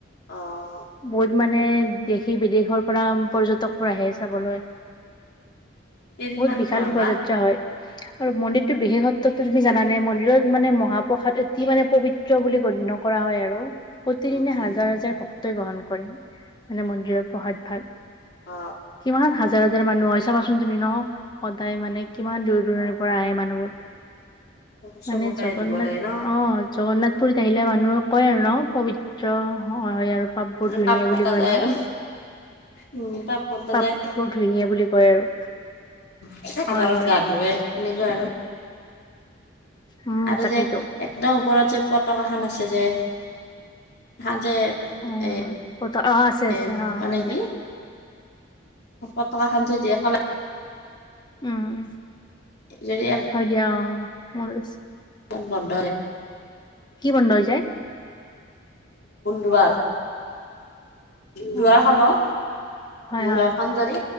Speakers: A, on the left; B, on the left.
A: অহ।
B: বহুত মানে দেশী বিদেশৰ পৰা পৰ্যটক আহে চাবলৈ।
A: কেইদিনমান
B: বহুত বিশাল
A: থয়
B: শোভাযাত্ৰা
A: বা
B: হয়। আৰু মন্দিৰটো বিশেষসত্বতো তুমি জানে মন্দিৰত মানে মহাপ্ৰসাদ অতি মানে পবিত্ৰ বুলি গণ্য কৰা হয় আৰু প্ৰতিদিনে
A: উম
B: হাজাৰ
A: উম
B: হাজাৰ ভক্তই গ্ৰহণ কৰে। মানে মন্দিৰৰ প্ৰসাদ ভাগ।
A: অ
B: কিমান হাজাৰ হাজাৰ মানুহ হৈ চাবাচুন তুমি ন? সদায় মানে কিমান দূৰ দূৰণিৰ পৰা আহে মানুহবোৰ।
A: অ চবকে
B: মানে জগন্নাথ
A: দিব লাগে ন
B: অ', জগন্নাথ পুুৰীত আহিলে মানুহ কয় আৰু ন? পবিত্ৰ হয় আৰু পাপ বোৰ
A: মানে
B: ধুই নিয়ে
A: কটা
B: বুলি কয়
A: যায়
B: ন।
A: আৰু উম পাপ কটা
B: পাপবোৰ
A: যায়
B: ধুই নিয়ে বুলি কয় আৰু।
A: অ', <unintelligible>
B: হয় হয়
A: গা ধোৱে সেনেকুৱা আৰু
B: উম
A: আৰু
B: তাকেইতো
A: যে একদম ওপৰত যে পতকাখান আছে যে? এ
B: উম
A: এ
B: অ আছে আছে
A: এ
B: অ
A: মানে
B: হয় দিয়া
A: কি পতকা খান যে দিয়েফালে
B: উম,
A: যদি এক
B: হয় দিয়া, অ', মই লৈছো।
A: <unintelligible> এ মূল
B: কি বন্ধ হৈ যায়
A: দুৱাৰ দুৱাৰখনৰ
B: উম হয়
A: মোৰ
B: হয়
A: লৰাখন যদি